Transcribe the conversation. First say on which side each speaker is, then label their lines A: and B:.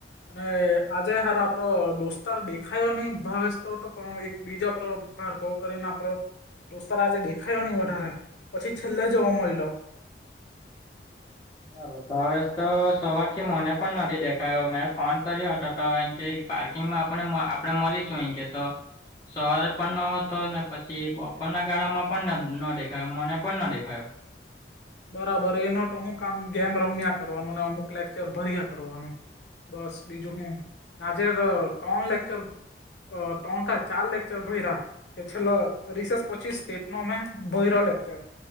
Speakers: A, on the left; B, on the left.
A: અને આજે હાર આપડો દોસ્તાર દેખાયો નહી, ભાવેેશ તો હતો પણ બીજા પ્ર ભારગ કરીને. દોસ્તાર આજે દેખાયો નઈ, વધારે પછી છેલ્લે જોવો મયલો.
B: બરાબર, ભાવેશ તો સવાર થી મને પણ નથી દેખાયો, મેં ફોન કર્યો હતો તો કે પાર્કિંગમાં આપને, આપડે મળીશું કે તો સવારે પણ ન હતો ને, પછી બપોરના ગાળામાં પણ ન દેખાયો, મને પણ ન દેખાયો.
A: બરાબર, એનો તો હું કામ ગેમ રમ્યા કરવાનું ને, અમુક લેક્ચર ભર્યા કરવાનું. બસ, બીજું હું આજે તો ટોન લેક્ચર અ તોણકા ચાર લેક્ચર ભયરા. કે છેલ્લો રિસેસ પછી સ્ટેટ ન ભયરો લેકચર